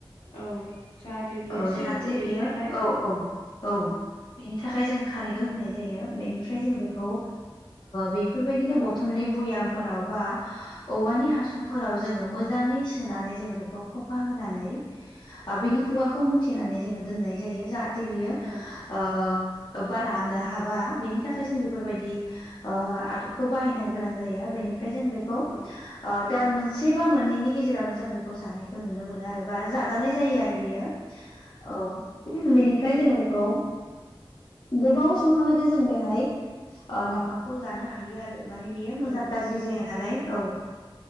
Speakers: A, on the left (about 80°); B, on the left (about 50°).
A: औ जाहाथे बियो
B: औ
A: सेवो
B: जाहाथे
A: बेनि
B: बियो
A: थाखाय
B: औ औ औ बेनि थाखाय जों खारैखौ होनाय जायो बेनिफ्राय जों बेखौ बेफोरबायदिनो बथलनि बयामफोराव बा औवानि हासुं फोराव जोङो मोजाङै सोनानै जोङो बेखौ खफा होनानै ओ बिनि खुगाखौ मुथेनानै जोङो दोननाय जायो जाहाथे बियो
A: औ
B: ओ बार हाबनो हाबा बेनि थाखाय जों बेफोरबायदि ओ आदबखौ बाहायनो गोनां जायो बेनिफ्राय जों बेखौ
A: औ
B: ओ दान मोनसे बा मोननैनि गेजेरावनो जों बेखौ जानायखौ नुनो मोनो आरो बा जाजानाय जायो आरो बेयो औ
A: नंगौ
B: बेनिफ्राय जोङो बेखौ गोबाव समहालागै जों बेहाय नाफामखौ जानो हायो आरो माने बेयो मोजां
A: औ
B: गाज्रि जाया नालाय औ